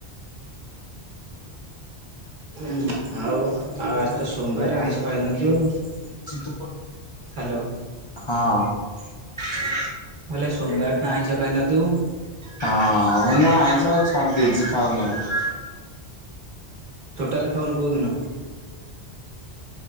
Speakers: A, on the left; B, on the right.
A: <inaudible>
B: ହୁଁ ଆଉ
A: ମାନେ ଦେଖି
B: ଆଉ ଆଜିତ
A: ଅନଲାଇନ ଥିବ
B: ସୋମବାର
A: ଅନଲାଇନ
B: ଆଇଁଷ
A: ଆସିବନି।
B: ଖାଇନଥିବୁ?
A: ହଁ।
B: ହାଲୋ। ମୁଁ କହିଲି ଆଜି ସୋମବାର ତ ଆଇଁଷ ଖାଇନଥିବୁ?
A: ହଁ ମୁଁ ଆଇଁଷ ଆଉ ଛାଡି ଦେଇଛି ଖାଉନି ଆଉ।
B: ଟୋଟାଲ ଖାଉନୁ କଉ ଦିନ?